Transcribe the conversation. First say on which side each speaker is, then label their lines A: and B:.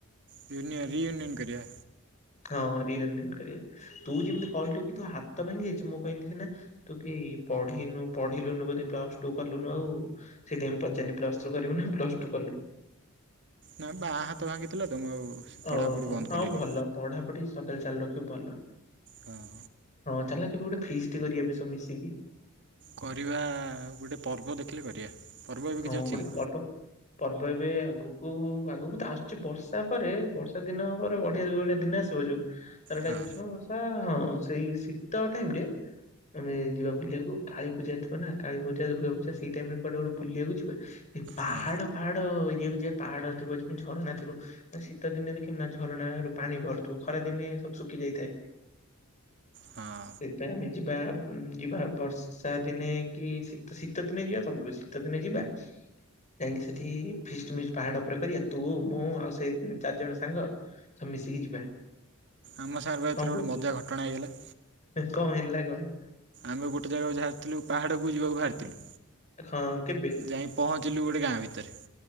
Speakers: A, on the right (about 55°); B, on the left (about 35°).
A: ଯୁନିୟନ ରିୟୁନିୟନ କରିଆ।
B: ହଁ ରିୟୁନିଅନ କରିବା ତୁ ଯେମିତି କହିଲୁ କି ତୋ ହାତ ଭାଙ୍ଗି ଯାଇଛି ମୁଁ କହନି ସିନା ତୁ କି। ପଢ଼ିନୁ ପଢିଲୁନୁ ବୋଧେ ପ୍ଲସ ଟୁ କଲୁନୁ ଆଉ ସେଇଥୀ ପାଇଁ ପଚାରନି ପ୍ଲସୁ କରିବୁ ନା ପ୍ଲସ ଟୁ କଲୁ।
A: ନା ବାଆଁ ହାତ ଭାଙ୍ଗିଥିଲା ତ। ମୁଁ ଆଉ ପଢ଼ାପଢ଼ି
B: ଓହୋ
A: ବନ୍ଦ କଲିନି
B: ହଁ ଭଲ ପଢାପଢି ସଦାବେଳେ ଚାଲୁ ରଖିବୁ ଭଲ।
A: ହଁ।
B: ଚାଲୁନା କେବେ ଗୋଟେ ଫିସ୍ଟି କରିବା ବେ ସବୁ ମିଶିକି।
A: କରିବା ଗୋଟେ ପର୍ବ ଦେଖିଲେ କରିବା। ପର୍ବ ଏବେ
B: ହଁ
A: କିଛି ଅଛି
B: ଗୋଟେ
A: କି
B: ପର୍ବ ପର୍ବ। ବ ଏବେ ଆଗକୁ ଆଗକୁ ତ ଆସୁଛି ବର୍ଷା ପରେ ବର୍ଷା ଦିନ ପରେ ବଢ଼ିଆ ଯୋଉ ଗୋଟେ ଦିନ ଆସିବ ଯୋଉ। ଆର ଟା
A: ହଁ
B: ଗ୍ରୀଷ୍ମ ବର୍ଷା ହଁ ସେଇ ଶୀତ ଟାଇମ ରେ। ଆମେ ଯିବା ବୁଲିବାକୁ କାଳୀ ପୂଜା ଥିବା ନା କାଳୀ ପୂଜା ଦୁର୍ଗା ପୂଜା ସେଇ ଟାଇମ ରେ କୁଆଡେ ଗୋଟେ ବୁଲି। ବୁଲିଆକୁ ଯିବା ଏ ପାହାଡ
A: ହଁ
B: ଫାହାଡ ଏରିଆ କୁ ଯିବା ପାହାଡ ଥିବ ଯେମତି ଝରଣା ଥିବ ନା ଶୀତ ଦିନେ। ନେ ଦେଖୁନୁ ନା ଝରଣା ରୁ ପାଣି ବାହାରୁଥିବ ଖରା ଦିନେ ସବୁ ଶୁଖି ଯାଇଥାଏ।
A: ହଁ।
B: ସେଇଥୀ ପାଇଁ ଆମେ ଯିବା ବ ଯିବା ବର୍ଷା ଦିନେ କି ଶୀତ, ଶୀତ ଦିନେ ଯିବା ସବୁଠୁ ବେଶୀ। ସି ଦିନେ ଯିବା। ଯାଇକି ସେଠି ଫିଷ୍ଟ ମିଷ୍ଟ୍ ପାହାଡ ଉପରେ କରିବା ତୁ ମୁଁ ଆଉ ସେଇ ଚାରି ଜଣ ସାଙ୍ଗ। ସବୁ ମିଶିକି ଯିବା।
A: ଆମ ସାଙ୍ଗରେ ବା ଏଥିର
B: କଣ
A: ଗୋଟେ
B: କହୁଛୁ
A: ମଜା ଘଟଣା ହେଇଗଲା।
B: କଣ ହେଲା କଣ।
A: ଆମେ ଗୋଟେ ଜାଗା କୁ ଜାହାରିଥିଲୁ ପାହାଡ଼କୁ ଯିବାକୁ ବାହାରିଥିଲୁ।
B: ହଁ। କେବେ
A: ଯାଇଁ ପହଞ୍ଚିଲୁ ଗୋଟେ ଗାଁ ଭିତରେ।